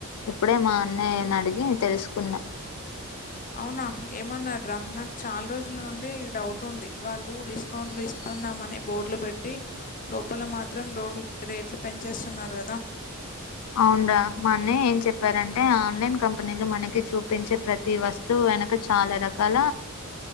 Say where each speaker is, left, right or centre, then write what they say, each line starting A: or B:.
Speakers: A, on the left (about 85°); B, on the left (about 40°).
A: ఇప్పుడే మా అన్నయ్యని అడిగి తెలుసుకున్నా
B: అవునా ఏమన్నార నాకు చాలా రోజుల నుండి డౌట్ ఉంది వాళ్ళు డిస్ కౌంట్లు ఇస్తున్నామని బోర్డులు పెట్టి లోపల మాత్రం రోడ్లు రేట్లు పెంచేస్తున్నారు గదా
A: అవునుడ్రా మా అన్నయ్య ఏం చెప్పారంటే ఆన్లైన్ కంపెనీలు మనకి చూపించే ప్రతి ఈ వస్తువు వెనక చాలా రకాల